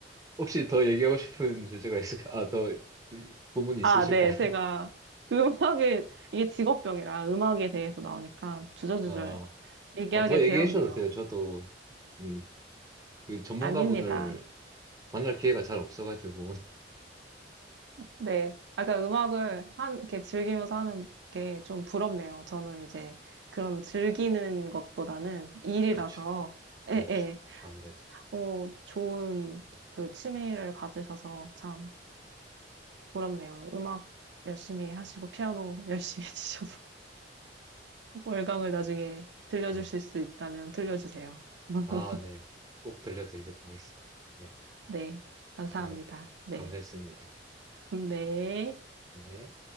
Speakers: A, on the right (about 20°); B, on the right (about 75°).
A: 혹시 더 얘기하고 싶은 주제가 있을까? 아, 더 부분이 있으실까요?
B: 아, 네,
A: <laughs>
B: 제가 음악에, 이게 직업병이라 음악에 대해서 나오니까 주저주절
A: 아,
B: 얘기하게
A: 아, 더
B: 되었네요.
A: 얘기해 주셔도 돼요. 저도 좀 그 전문가분을
B: 아닙니다.
A: 만날 기회가 잘 없어가지고
B: 네. 아까 음악을 한, 이렇게 즐기면서 하는 게 좀 부럽네요. 저는 이제 그런 즐기는 것보다는 일이라서,
A: <laughs> 그렇죠, 그렇죠.
B: 예, 예.
A: 아무래도
B: 어, 좋은 그 취미를 가지셔서 참 부럽네요. 음악 열심히 하시고, 피아노 열심히 <laughs> 치셔서. 월광을 나중에 들려주실
A: 네,
B: 수 있다면 들려주세요. <laughs>
A: 아, 네, 꼭 들려드리도록 하겠습니다. 네,
B: 네, 감사합니다.
A: 오늘
B: 네,
A: 감사했습니다.
B: <laughs> 네.
A: 네.